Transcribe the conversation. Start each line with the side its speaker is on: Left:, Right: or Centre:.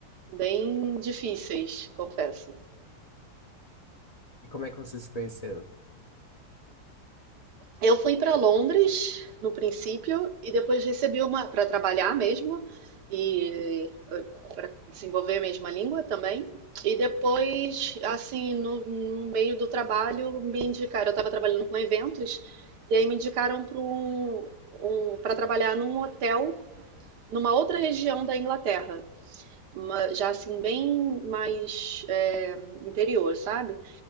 Right: bem difíceis, confesso.
Left: E como é que vocês se conheceram?
Right: Eu fui para Londres no princípio e depois recebi uma para trabalhar mesmo e para desenvolver mesmo a língua também. E depois, assim, no, no meio do trabalho, me indicaram. Eu estava trabalhando com eventos e aí me indicaram para um, um, para trabalhar num hotel numa outra região da Inglaterra, uma- já assim bem mais é, interior, sabe?